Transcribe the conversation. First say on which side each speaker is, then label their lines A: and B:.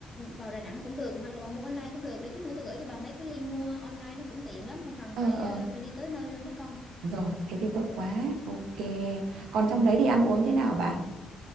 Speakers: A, on the left (about 20°); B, on the right (about 80°).
A: vào Đà Nẵng cũng được hoặc là bà mua online cũng được để chút nữa tôi gửi cho bà mấy cái link mua online nó cũng tiện lắm không cần
B: Ờ,
A: phải
B: ờ.
A: ờ, phải đi tới nơi đâu mất công
B: Rồi, thế thì tốt quá. Ok. Còn
A: ừ
B: trong đấy thì ăn uống thế nào bà?